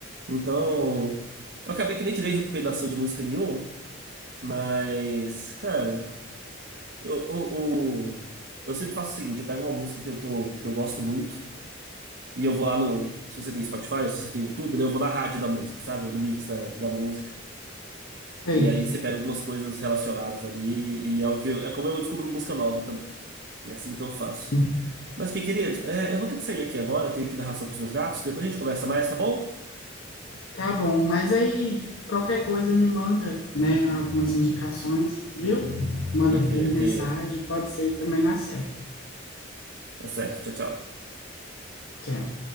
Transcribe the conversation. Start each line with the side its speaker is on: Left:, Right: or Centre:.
Right: Então, eu acabei que nem tirei recomendação de música nenhuma, mas, cara, eu, eu, eu, eu sempre faço o seguinte, eu pego uma música que eu tô, que eu gosto muito, e eu vou lá no, se você tem Spotify, ou se você tem YouTube, né, eu vou na rádio da música, sabe? Ou no mix da, da música.
Left: Sei.
Right: E aí você pega algumas coisas relacionadas ali, e é o que eu- é como eu descubro música nova também. É assim que eu faço.
Left: Uhum.
Right: Mas que querido, é, eu vou ter que sair aqui agora, eu tenho que dar ração pros meus gatos, depois a gente conversa mais, tá bom?
Left: Tá bom, mas aí qualquer coisa me manda, né? Algumas indicações, viu? Manda
Right: Perfeito,
Left: por mensagem,
Right: querido.
Left: pode ser também dá certo.
Right: Tá certo, tchau, tchau.
Left: Tchau.